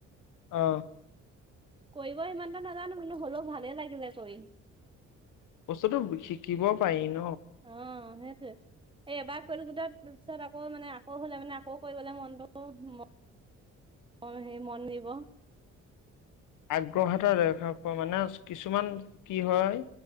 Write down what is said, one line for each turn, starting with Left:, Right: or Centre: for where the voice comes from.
Left: অ
Right: কৰিব ইমান এটা নাজানো কিন্তু হলেও ভালে লাগিলে কৰি
Left: বস্তুতটো শিকিব পাৰিম
Right: অ সেইটো এ এবাৰ কৰিলো দু তাত তাৰপিছত আকৌ মানে আকৌ হলে মানে আকৌ কৰিবলৈ মনটো অ সেই মন দিব
Left: আগ্ৰহ এটা দেখা পোৱা মানে কিছুমান কি হয়